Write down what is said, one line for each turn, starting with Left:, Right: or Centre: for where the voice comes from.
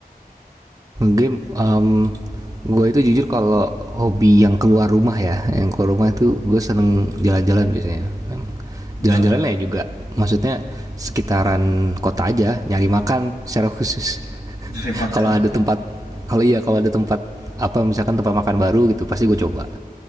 Right: game um, gue itu jujur kalau hobi yang keluar rumah ya, yang keluar rumah itu gue seneng jalan-jalan biasanya. Memang. Jalan-jalan
Left: Jalan jalan
Right: ya juga, maksudnya sekitaran kota aja, nyari makan secara khusus. <laughs>
Left: Cari makan.
Right: kalau ada tempat, kalau iya kalau ada tempat apa misalkan tempat makan baru gitu, pasti gue coba.